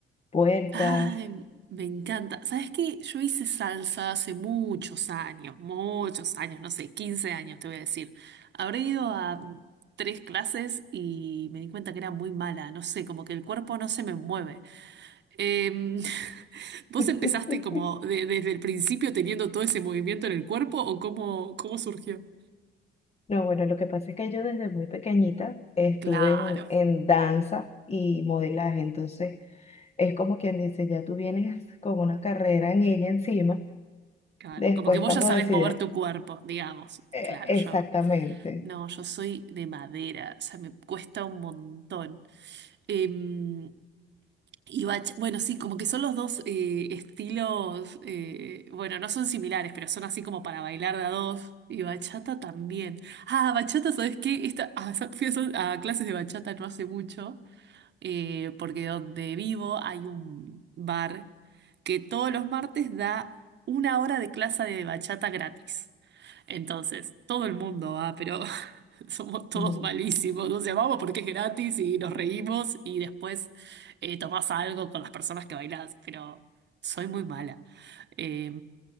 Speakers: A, on the left; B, on the right.
A: vueltas.
B: Ay, me encanta. ¿Sabes qué? Yo hice salsa hace muchos años, muchos años, no sé, 15 años te voy a decir. Habré ido a mm, tres clases y me di cuenta que era muy mala. No sé, como que el cuerpo no se me mueve. Em, <laughs> ¿vos
A: <laughs>
B: empezaste como de- desde el principio teniendo todo ese movimiento en el cuerpo o cómo, cómo surgió?
A: No, bueno, lo que pasa es que yo desde muy pequeñita estuve
B: Claro,
A: en, en danza y modelaje, entonces es como quien dice, ya tú vienes con una carrera en ella encima.
B: claro.
A: Después,
B: Como que vos
A: cuando
B: ya sabés
A: decide,
B: mover tu cuerpo, digamos.
A: eh,
B: Claro,
A: exactamente.
B: yo. No, yo soy de madera, o sea, me cuesta un montón. Em, Y bach- bueno, sí, como que son los dos eh, estilos, eh, bueno, no son similares, pero son así como para bailar de a dos. Y bachata también. Ah, bachata, ¿sabes qué? Esta, <laughs> ah, sa- fui a, sol- a clases de bachata no hace mucho, eh, porque donde vivo hay un bar que todos los martes da una hora de clase de bachata gratis. Entonces, todo el mundo va, pero <laughs> <laughs> Somos todos
A: No.
B: malísimos, nos llamamos porque es gratis y nos reímos y después eh, tomás algo con las personas que bailás, pero soy muy mala. Eh,